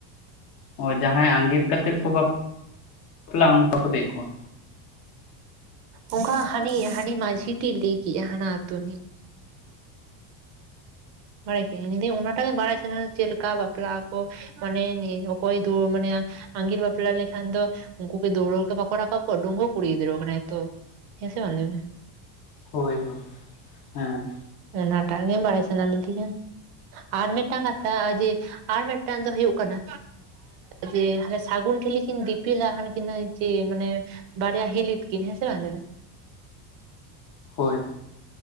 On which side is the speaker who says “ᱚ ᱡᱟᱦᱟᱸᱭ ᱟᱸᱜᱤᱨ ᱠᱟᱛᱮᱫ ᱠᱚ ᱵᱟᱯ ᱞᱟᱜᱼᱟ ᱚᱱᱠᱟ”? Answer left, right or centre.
Left